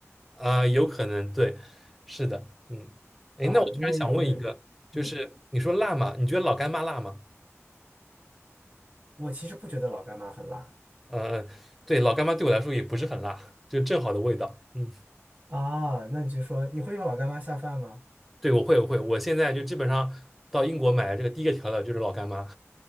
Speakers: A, in the centre; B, on the right.
A: 啊、有可能对，是的，嗯，哎，
B: 啊，
A: 那我突然想问一个，
B: 因为有的人，
A: 就是你说辣嘛，
B: 嗯，
A: 你觉得老干妈辣吗？
B: 我其实不觉得老干妈很辣
A: 呃，对，老干妈对我来说也不是很辣，就正好的味道，嗯。
B: 啊，那你就说你会用老干妈下饭吗？
A: 对，我会，我会，我现在就基本上到英国买这个第一个调料就是老干妈。